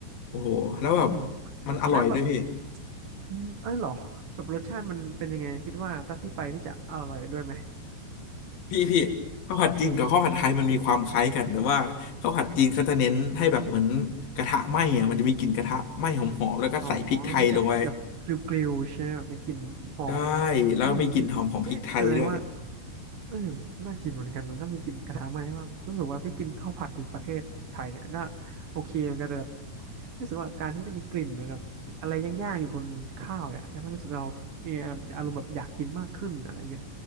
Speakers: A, on the left; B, on the right.
A: โอ้โหแล้วแบบ
B: อืม
A: มันอร่อยด้วยพี่
B: แล้วแบบอืมเออเหรอแบบรสชาติมันเป็นยังไงคิดว่าถ้าพี่ไปพี่จะอร่อยด้วยไหม
A: พี่พี่ข้าวผัดจีนกับข้าวผัดไทยมันมีความคล้ายกันแต่ว่าข้าวผัดจีนเขาจะเน้นให้แบบเหมือนกระทะไหม้อะมันจะมีกลิ่นกระทะไหม้หอมๆแล้วก็ใส่พริกไทยลงไป
B: อ๋อมันจะแบบกริวๆใช่ไหมแบบไม่กลินหอม
A: ใช่แล้วก็มีกลิ่นหอมของพริกไทยด้วย
B: อืมอืมนี่แสดงว่า เออน่ากินเหมือนกันนะถ้าไม่กินกระทะไหม้ว่ารู้สึกว่าพี่กินข้าวผัดอยู่ประเทศไทยเนี่ยก็โอเคเหมือนกันแต่แบบรู้สึกว่าการที่จะมีกลิ่นเหมือนแบบอะไรย่างๆอยู่บนข้าวเนี่ยจะไม่รู้สึกเรามีอารมณ์แบบอยากกินมากขึ้นอะไรเงี้ย